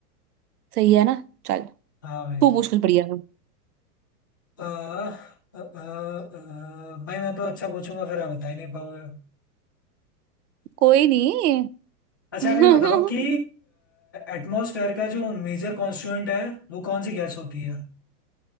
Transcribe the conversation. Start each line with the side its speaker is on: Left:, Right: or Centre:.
Right: सही है ना चल
Left: हाँ भाई
Right: तू पूछ कुछ बढ़िया सा।
Left: आ, आ, आ, आ, भाई मैं तो अच्छा पूछूंगा फिर आप बता ही नहीं पाओगे
Right: कोई नहीं
Left: अच्छा
Right: <laughs>
Left: आप ये बताओ कि एटमॉस्फेयर का जो मेजर कॉन्स्टिट्यूएंट है वो कौन सी गैस होती है